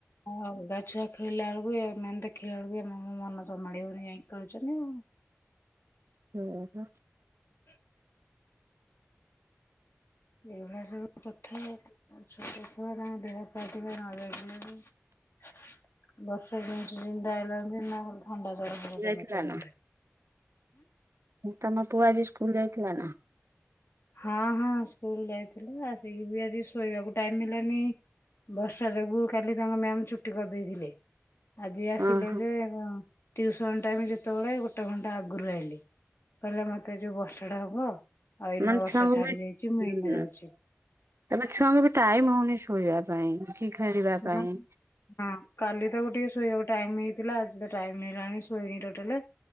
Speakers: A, on the left; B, on the right.
A: ହଁ ଅଲଗା ଛୁଆ ଖେଳିଲା ବେଳକୁ ଏମାନେ ଦେଖିଲା ବେଳକୁ ଆମ ମନ ସମ୍ଭାଳି ହଉନି ଯାଇକି ଖେଳୁଛନ୍ତି ଆଉ।
B: ହୁ ହୋ
A: ହଁ ଏଇଭଳିଆ ସବୁ କଥା ଆଉ। ଉ ଛୋଟ ଛୁଆ ତାଙ୍କ ଦେହ <unintelligible> ବର୍ଷା ସିଜିନଟା <unintelligible> ଥଣ୍ଡା <unintelligible>
B: ଯାଇଥିଲା
A: ତମରେ।
B: ନା ତମ ପୁଅ ଆଜି ସ୍କୁଲ ଯାଇଥିଲା ନା?
A: ହଁ ହଁ ସ୍କୁଲ ଯାଇଥିଲା ଆସିକି ବି ଆଜି ଶୋଇବାକୁ ଟାଇମ୍ ହେଲାନି। ବର୍ଷା ଯୋଗୁ କାଲି ତାଙ୍କ ମ୍ୟାମ ଛୁଟି କରିଦେଇଥିଲେ। ଆଜି ଆସିଲେ
B: ଓହୋ
A: ଯେ ହଁ, ଟ୍ୟୁସନ ଟାଇମ୍ ଯେତେବେଳେ ଗୋଟେ ଘଣ୍ଟା ଆଗରୁ ଆଇଲେ କହିଲେ ମତେ ମତେ ଯୋଉ ବର୍ଷା ଟା ହବ, ଆଉ ଏଇନା
B: ମାନେ
A: ବର୍ଷା
B: ଛୁଆଙ୍କୁ
A: ଛାଡି
B: ବି
A: ଯାଇଛି, ମୁଁ ଏଇନା
B: ହୁଁ
A: ଯାଉଛି।
B: ତାପରେ ଛୁଆଙ୍କୁ ବି ଟାଇମ ହଉନି ଶୋଇବା ପାଇଁ କି ଖେଳିବା ପାଇଁ।
A: ନା ହଁ କାଲି ତାକୁ ଟିକେ ଶୋଇବାକୁ ଟାଇମ ହେଇଥିଲା। ଆଜି ତ ଟାଇମ ହେଇଲାଣି ଶୋଇନି ଟୋଟାଲି।